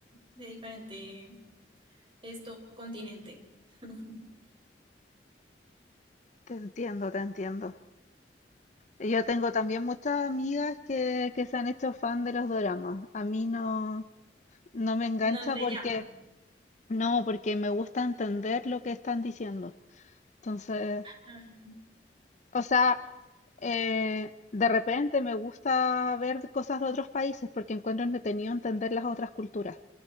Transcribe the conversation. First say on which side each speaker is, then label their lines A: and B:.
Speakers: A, on the right; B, on the left.
A: de diferente esto continente. <laughs>
B: Te entiendo, te entiendo. Yo tengo también muchas amigas que, que se han hecho fan de los doramas. A mí no, no me engancha
A: No te
B: porque,
A: llama.
B: no, porque me gusta entender lo que están diciendo. Entonces,
A: Ah,
B: o sea, eh, de repente me gusta ver cosas de otros países porque encuentro entretenido entender las otras culturas.